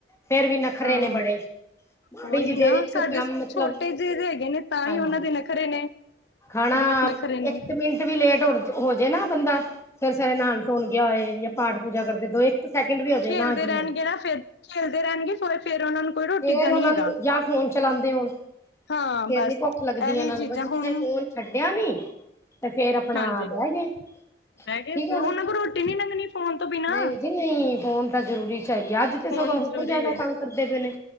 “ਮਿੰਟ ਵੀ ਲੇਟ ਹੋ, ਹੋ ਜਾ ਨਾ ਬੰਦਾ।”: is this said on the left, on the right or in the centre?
Left